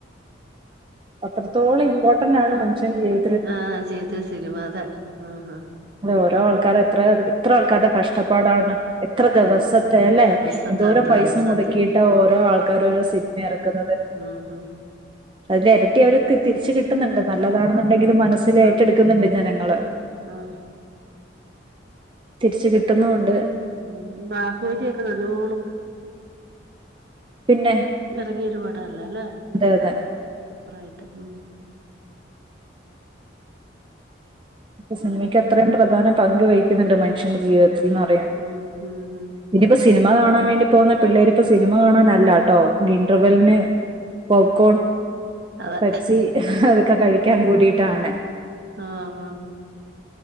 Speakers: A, on the right; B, on the right.
A: അത്രത്തോളം ഇമ്പോട്ടെന്റാണ് മനുഷ്യൻ ജീവ്
B: ആഹ് ജീവ്ത്തി സിനിമാ അതെ ആഹ് ആഹ്
A: ഓരോ ആൾക്കാരെത്രേ എത്രെ ആൾക്കാര്ടെ കഷ്ട്ടപ്പാടാണ് എത്ര ദ്‌വസത്തെ
B: ഉം
A: അല്ലേ
B: ദിവസത്തെ
A: എന്തോരം
B: അധ്വാനം
A: പൈസ
B: സത്യം
A: മുടക്കിയിട്ടാ ഓരോ ആൾക്കാര് ഓരോ സിൻമ എറെക്ക്ന്നെത്
B: ഊം ഹും
A: അതില് എരട്ടി <unintelligible> തിരിച്ച് കിട്ടുന്നുണ്ട് നല്ലതാണെന്നെണ്ടെങ്കിലും മനസ്സിൽ ഏറ്റെടുക്കുന്നുണ്ട്
B: ആഹ്
A: ജനങ്ങള്
B: ആഹ്
A: തിരിച്ച് കിട്ടുന്നും ഉണ്ട്
B: ഉം ഉം <unintelligible> ഒക്കെ നല്ലോണം
A: പിന്നെ
B: എറങ്ങിയ ഒരു പടം അല്ലേ അല്ലേ
A: അതെ
B: എന്താ
A: അതെ
B: അത് സൂപ്പറായിട്ട് ഉം
A: ഇപ്പൊ സിനിമയ്ക്ക് അത്രയും പ്രധാന പങ്ക് വഹിക്കുന്നുണ്ട് മൻഷ്യന്റെ ജീവിതത്തിലെന്ന് പ
B: ഉം ഉം ഉം
A: ഇതിപ്പോ സിനിമ കാണാൻ വേണ്ടി പോകുന്ന പിള്ളേരിപ്പോ സിനിമ കാണാനല്ലാട്ടോ ഇന്റർവെല്ലിന് പോപ്കോൺ
B: അതെ
A: പെപ്സി അതൊക്കെ കഴിക്കാൻ കൂടീട്ടാണ്
B: ആഹ് ആഹ്